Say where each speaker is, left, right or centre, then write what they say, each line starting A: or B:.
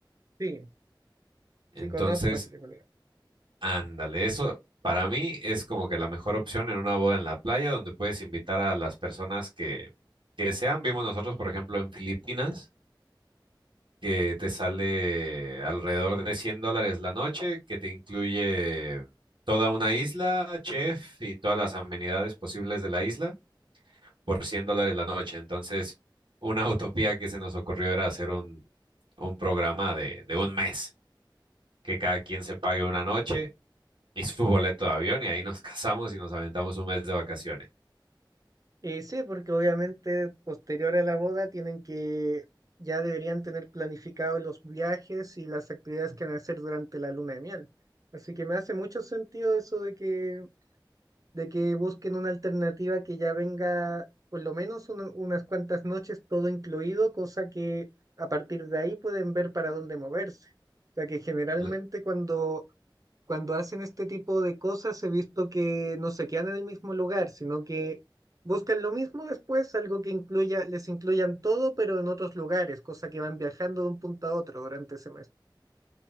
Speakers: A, on the right; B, on the right.
A: Sí,
B: Entonces,
A: sí conozco ese tipo
B: ándale, eso para mí es como que la mejor opción en una boda en la playa donde puedes invitar a las personas que, que sean. Vimos nosotros, por ejemplo, en Filipinas que te sale alrededor de 100 dólares la noche, que te incluye toda una isla, chef y todas las amenidades posibles de la isla por 100 dólares la noche. Entonces, una utopía que se nos ocurrió era hacer un, un programa de, de un mes, que cada quien se pague una noche y su boleto de avión y ahí nos <laughs> casamos y nos aventamos un mes de vacaciones.
A: Eh, sí, porque obviamente posterior a la boda tienen que, ya deberían tener planificados los viajes y las actividades que van a hacer durante la luna de miel. Así que me hace mucho sentido eso de que, de que busquen una alternativa que ya venga por lo menos una- unas cuantas noches todo incluido, cosa que a partir de ahí pueden ver para dónde moverse. O sea que generalmente
B: Cl-
A: cuando cuando hacen este tipo de cosas he visto que no se quedan en el mismo lugar, sino que buscan lo mismo después, algo que incluya, les incluyan todo, pero en otros lugares, cosa que van viajando de un punto a otro durante ese mes.